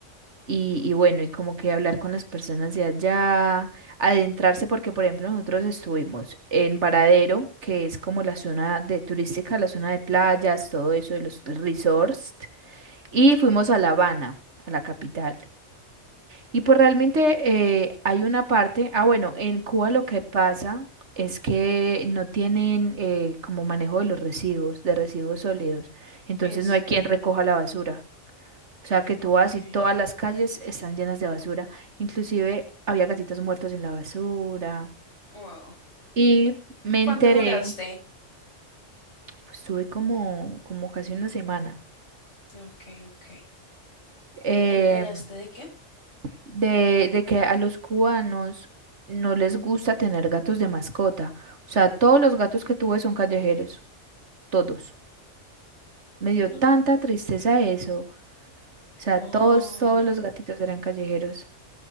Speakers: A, on the right (about 65°); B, on the left (about 70°).
A: Y, y bueno, y como que hablar con las personas de allá, adentrarse, porque por ejemplo nosotros estuvimos en Varadero, que es como la zona de turística, la zona de playas, todo eso, de los resorts, y fuimos a La Habana, a la capital. Y pues realmente eh, hay una parte, ah bueno, en Cuba lo que pasa es que no tienen eh, como manejo de los residuos, de residuos sólidos, entonces
B: Es,
A: no hay quien recoja la basura. O sea, que
B: ok.
A: tú vas y todas las calles están llenas de basura. Inclusive había gatitos muertos en la basura.
B: Wow.
A: Y me
B: ¿Cuánto
A: enteré,
B: duraste?
A: pues, estuve como, como casi una semana,
B: Ok, ok.
A: eh,
B: ¿Y te enteraste de qué?
A: de, de que a los cubanos no les gusta tener gatos de mascota. O sea, todos los gatos que tuve son callejeros, todos. Me dio
B: Mm.
A: tanta tristeza eso. O
B: Wow.
A: sea, todos, todos los gatitos eran callejeros.